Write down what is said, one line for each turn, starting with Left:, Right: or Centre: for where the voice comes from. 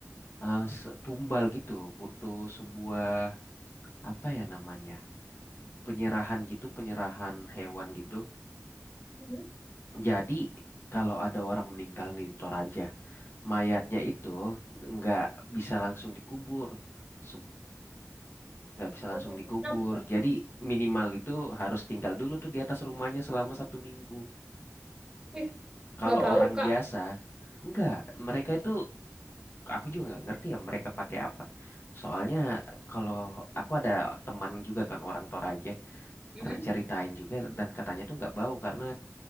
Left: eh, se- tumbal gitu, butuh sebuah apa ya namanya? penyerahan gitu, penyerahan hewan gitu.
Right: Mm-mm.
Left: Jadi kalau ada orang meninggal nih di Toraja, mayatnya itu nggak bisa langsung dikubur, Se- nggak bisa langsung
Right: Oh,
Left: dikubur.
Right: Nah, benar.
Left: Jadi minimal itu harus tinggal dulu tuh di atas rumahnya selama satu minggu.
Right: Wih,
Left: Kalau
Right: nggak bau,
Left: orang
Right: Kak.
Left: biasa, enggak, mereka itu aku juga nggak ngerti ya mereka pakai apa. Soalnya kalau aku ada teman juga kan orang Toraja
Right: Mm.
Left: pernah ceritain juga dan katanya tuh nggak bau karena